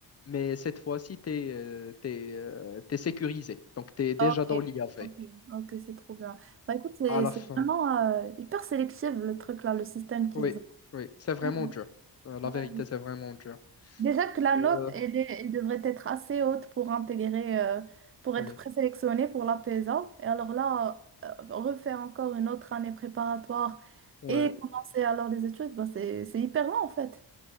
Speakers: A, on the left (about 35°); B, on the right (about 30°).
A: mais cette fois-ci, tu es, sécurisé. Donc, tu es déjà
B: Ok,
A: dans l'IAV
B: ok, ok, c'est trop bien. Bah écoute, c'est
A: à la
B: c'est
A: fin.
B: vraiment euh, hyper sélectif, le truc là, le système qu'ils
A: Oui,
B: ont.
A: oui, c'est vraiment
B: Ouais.
A: dur. Euh, la vérité,
B: ouais.
A: c'est vraiment dur.
B: Déjà que la
A: Euh,
B: note, elle est- elle devrait être assez haute pour intégrer, euh, pour
A: oui,
B: être présélectionnée pour la PESA. Et alors là, euh, refaire encore une autre année préparatoire
A: ouais.
B: et commencer alors les études, bah, c'est, c'est hyper long en fait.